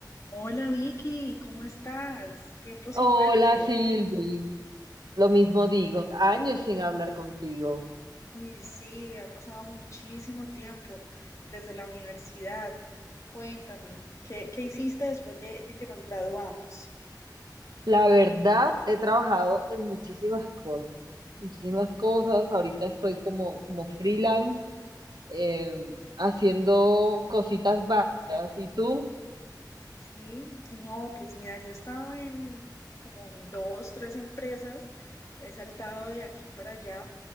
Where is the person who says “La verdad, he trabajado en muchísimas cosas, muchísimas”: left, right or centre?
Right